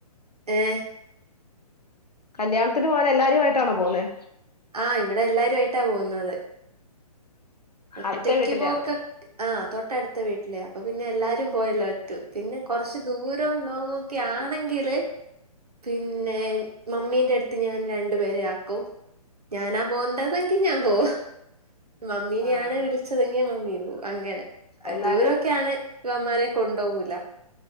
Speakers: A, on the right; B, on the left.
A: ഏഹ്
B: കല്യാണത്തിന് പോവാൻ എല്ലാരു ആയിട്ടാണോ പോവുന്നേ
A: ആ ഇവിടെ എല്ലാരും ആയിട്ടാ പോ ന്നതെ ഒറ്റക്ക്
B: അടുത്ത വീട്ടിലെയാണോ
A: പോക്കെക് ആ തൊ ട്ട്ടുത്ത വീട് ലെ അപ്പം പിന്നെ എല്ലാരും പോയല്ലോ പറ്റു പിന്നെ കൊറച്ച് ദൂരം ലോങ്ങോക്കെ ആണ് ന്ന്ങ്കില് പിന്നെ മമ്മീന്റെ എടുത്ത് ഞാൻ ര രണ്ടുപേരെ ആക്കും ഞാനാ പോണ്ടെതെങ്കിൽ ഞാൻ പോവും. ഇങ്ങിനിയാണ്
B: ആഹ്
A: വിളിച്ചതെങ്ങി മമ്മി പോകും അങ്ങനെ
B: എന്നാലും
A: ദൂരൊക്കെയാണ് ഇവന്മാരെ കൊണ്ടുപോവൂല